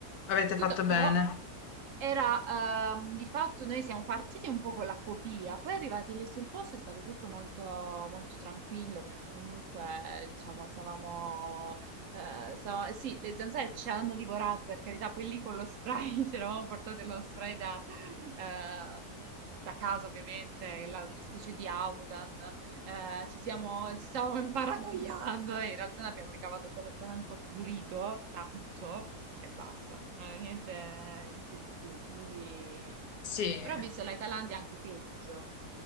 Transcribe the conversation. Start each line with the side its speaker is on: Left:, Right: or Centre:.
Left: Avete
Right: Tutto,
Left: fatto bene.
Right: però era ehm, di fatto noi siamo partiti un po' con la fobia, poi arrivati lì sul posto è stato tutto molto, molto tranquillo perché comunque diciamo stavamo eh, so- sì, le zanzare ci hanno divorato, per carità, poi lì con lo spray, <laughs> ci eravamo portate lo spray da, ehm, da casa ovviamente, la- una specie di autan, eh, ci siamo, ci stavamo imparanoiando e in realtà ne abbiamo ricavato solo tanto prurito, tanto, e basta, non è niente, niente di più, quindi...
Left: Sì.
Right: Però ho visto la Thailandia anche peggio.